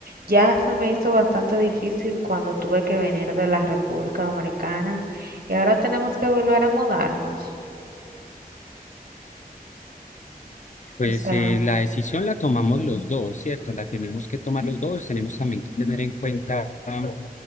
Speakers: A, on the right (about 80°); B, on the left (about 50°).
A: Ya se me hizo bastante difícil cuando tuve que venir de la República Dominicana y ahora tenemos que volver a mudarnos.
B: Pues
A: O sea,
B: eh, la decisión la tomamos los dos, ¿cierto? La tenemos que tomar los dos. Tenemos también que tener en cuenta, am,